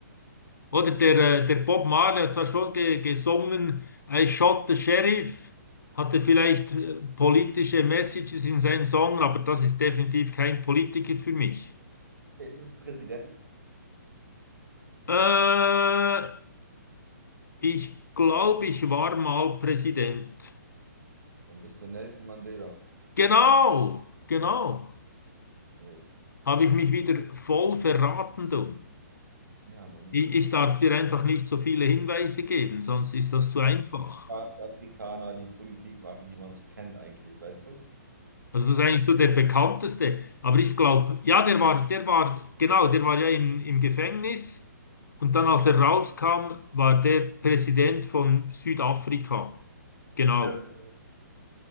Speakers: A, on the left (about 80°); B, on the right (about 80°).
A: Oder der, äh, der Bob Marley hat zwar schon ge gesungen, I shot the sheriff, hatte vielleicht äh, politische Messages in seinen Songs, aber das ist definitiv kein Politiker für mich.
B: Okay, ist es ein Präsident?
A: Äh, Ich glaube, ich war mal Präsident.
B: Dann bist du Nelson Mandela.
A: Genau, genau.
B: Jo.
A: Habe ich mich wieder voll verraten, du.
B: Ja, man,
A: Ich, ich darf dir einfach nicht so viele Hinweise geben, sonst ist das zu einfach.
B: Staatsafrikaner, die Politik machen, die man so kennt eigentlich, weißt du?
A: Also das
B: So,
A: ist eigentlich
B: jetzt-
A: so der bekannteste. Aber ich glaube, ja, der war, der war, genau, der war ja in, im Gefängnis. Und dann, als er rauskam, war der Präsident von Südafrika. Genau.
B: Ja,